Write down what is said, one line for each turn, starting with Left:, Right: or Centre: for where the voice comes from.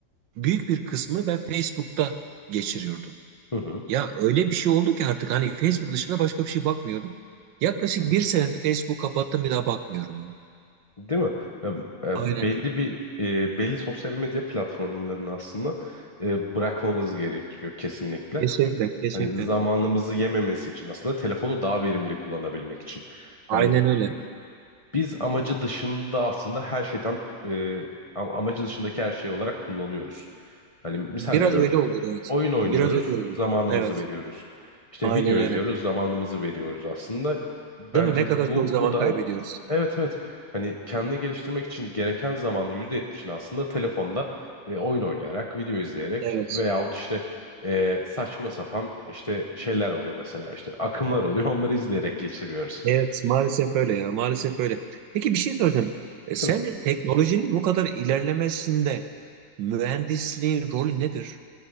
Right: büyük bir kısmı ben Facebook'ta geçiriyordum.
Left: hı hı,
Right: Ya öyle bir şey oldu ki artık hani Facebook dışında başka bir şey bakmıyordum. Yaklaşık
Left: hı hı.
Right: bir senedir Facebook kapattım bir daha bakmıyorum ya.
Left: Değil mi? Ya, e,
Right: Aynen.
Left: belli bir e, belli sosyal medya platformlarını aslında e, bırakmamız gerekiyor kesinlikle.
Right: Kesinlikle, kesinlikle.
Left: hani zamanımızı yememesi için aslında telefonu daha verimli kullanabilmek için.
Right: Aynen
Left: Hani
Right: öyle.
Left: biz amacı dışında aslında her şeyden e, am- amacı dışındaki her şey olarak kullanıyoruz. Hani misal
Right: Biraz
Left: veriyorum
Right: öyle olur evet.
Left: oyun oynuyoruz,
Right: Biraz öyle olur.
Left: zamanımızı
Right: Evet.
Left: veriyoruz. İşte
Right: Aynen
Left: video izliyoruz,
Right: öyle.
Left: zamanımızı veriyoruz aslında. Bence
Right: Değil mi? Ne kadar
Left: bu
Right: çok zaman
Left: bu da
Right: kaybediyoruz.
Left: evet evet hani kendini geliştirmek için gereken zamanın %70'ini aslında telefonda e, oyun oynayarak, video izleyerek
Right: Evet.
Left: veyahut işte e, saçma sapan işte şeyler oluyor mesela işte akımlar oluyor <laughs> onları izleyerek geçiriyoruz.
Right: Evet, maalesef öyle ya. Maalesef öyle. Peki bir şey soracağım. E, sence
Left: Değil mi?
Right: teknolojinin bu kadar ilerlemesinde mühendisliğin rolü nedir?